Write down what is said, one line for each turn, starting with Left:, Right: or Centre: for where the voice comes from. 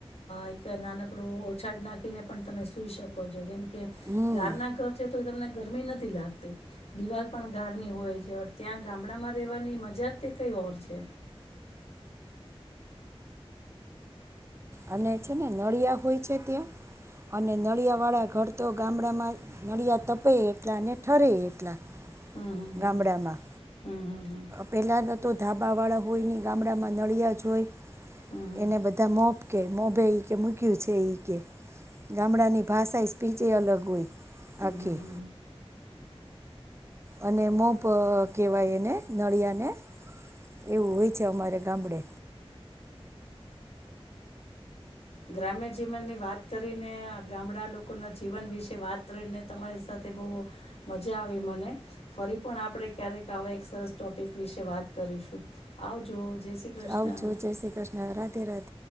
Left: એક નાનકડું ઓછાળ નાખીને પણ તમે સૂઈ શકો છો કેમ કે, કે
Right: હમ
Left: ગાર ના ઘર છે. તમને ગરમી નથી લાગતી દિવાલ પણ ગારની હોય છે ત્યાં ગામડામાં રહેવાની મજા તે કઈ ઓર છે.
Right: અને છે ને નળિયા હોય છે ત્યાં અને નળિયા વાળા ઘર તો ગામડામાં નળિયા તપે એટલા અને ઠરે એટલા.
Left: હમ હમ હમ
Right: ગામડામાં.
Left: હમ હમ હમ
Right: પેલા ના તો ધાબા વાળા હોય ને ગામડામાં નળિયા જ હોય.
Left: હમ હમ
Right: એને બધા મોપ. મોભે કે મૂક્યું છે. છે એ કે ગામડા ની ભાષા. પી જે અલગ હોય.
Left: હમ
Right: આખી
Left: હમ હ.
Right: અને મોપ. કહેવાય એને નળિયાને એવું હોય છે અમારે ગામડે.
Left: ગ્રામ્ય જીવનની વાત કરીને ગામડા લોકોના જીવન વિશે વાત કરીને તમારી સાથે બહુ મજા આવી મને ફરી પણ આપણે ક્યારેક આવા એક સરસ ટોપિક વિશે વાત કરીશું આવજો. જય શ્રી કૃષ્ણ
Right: આવજો જય શ્રી કૃષ્ણ રાધે રાધે.